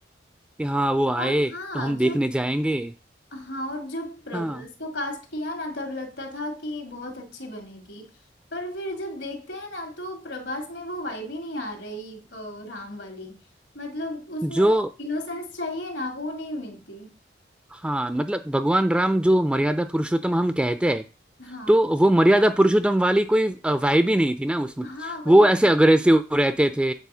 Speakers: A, in the centre; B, on the left.
A: कि हाँ वो आए
B: और हाँ
A: तो हम देखने
B: जब
A: जाएंगे
B: हाँ और जब प्रभास
A: हाँ
B: को कास्ट किया ना तब लगता था कि बहुत अच्छी बनेगी पर फिर जब देखते हैं ना तो प्रभास में वो वाइब ही नहीं आ रही अ, राम वाली मतलब उसमें
A: जो
B: वो इनोसेंस चाहिए ना वो नहीं मिलती
A: हाँ मतलब भगवान राम जो मर्यादा पुरुषोत्तम हम कहते हैं
B: हाँ
A: तो वो मर्यादा पुरुषोत्तम वाली कोई वाइब ही नहीं थी ना उसमें
B: हाँ वही
A: वो ऐसे अग्रेसिव रहते थे